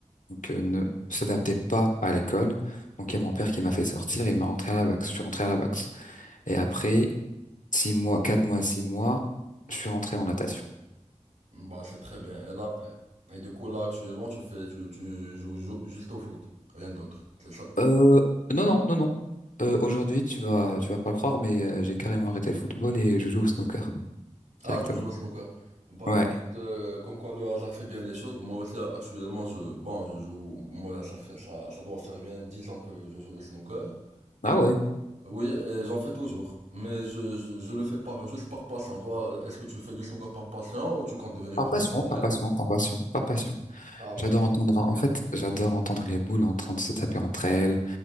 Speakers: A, on the left; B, on the right.
A: donc euh, ne s'adaptait pas à l'école. Donc il y a mon père qui m'a fait sortir, il m'a rentré à la boxe. Je suis rentré à la boxe. Et après six mois, quatre mois, six mois, je suis rentré en natation.
B: Bah, c'est très bien. Et là, et du coup, là, actuellement, tu fais, tu, tu joues, ju- juste au foot, rien d'autre, c'est ça?
A: Euh, non, non, non, non. Euh, aujourd'hui, tu vas, tu vas pas le croire, mais euh, j'ai carrément arrêté le football et je joue au snooker
B: Ah,
A: directement.
B: tu joues au snooker. Bah,
A: Ouais.
B: écoute, euh, comme quoi le hasard fait bien les choses. Moi aussi, actuellement, je, bon, je joue, moi, ça fait, ça, ça doit faire bien 10 ans que je joue au snooker.
A: Ah ouais.
B: Oui, et j'en fais toujours, mais je, je, je le fais par, juste par passion. Toi, est-ce que tu fais du snooker par passion ou tu comptes devenir
A: Par
B: professionnel?
A: passion, par passion, par passion, par passion.
B: Ah, par
A: J'adore
B: passion.
A: entendre, en fait, j'adore entendre les boules en train de se taper entre elles,